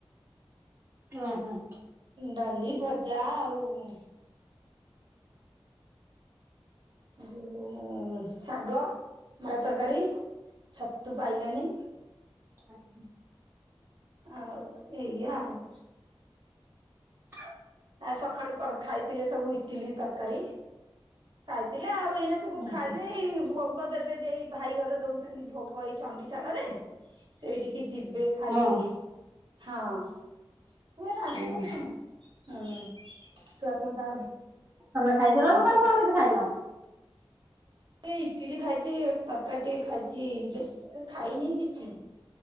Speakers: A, on the right; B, on the right.
A: ଉଁ ହୁଁ।
B: ଡାଲି ଭଜା ଆଉ ଯୋଉ ଶାଗ ମରା ତରକାରୀ। ଛତୁ ପାଇଲାଣିି।
A: <inaudible>
B: ଆଉ ଏଇଆ ଆଉ।
A: ହ
B: ଆଉ ସଖାଳୁ କଣ ଖାଇଥିଲେ ସବୁ ଇଟିଲି ତରକାରୀ ଖାଇଥିଲେ ଆଉ ଏଇନେ ସ ସବୁ
A: ଉଁ
B: ଖାଇବେ
A: ହୁଁ
B: ଏଇ ଭୋଗ ଦେବେ ଯେ ଏଇ ଭାଇ ଘର ଦଉଛନ୍ତି ଭୋଗ ଏଇ ଚଣ୍ଡିଶାଳରେ ସେଇଠିକି ଯିବେ ଖାଇତେ
A: ହୁଁ
B: ହଁ। ହୁ ଆସ
A: ହୁଁ
B: ତଣ ହଁ ଛୁଆ ସବୁ ତାଙ୍କର <unintelligible>
A: ତମେ ଖାଇଛ ନା
B: ବୁଲି
A: ସକାଳୁ
B: ତ
A: କଣ କିଛି ଖାଇନ?
B: ଏ ଇଟିଲି ଖାଇଚି ତରକାରି ଟିକେ ଖାଇଚି ବେଶ ଖାଇନି କିଛି।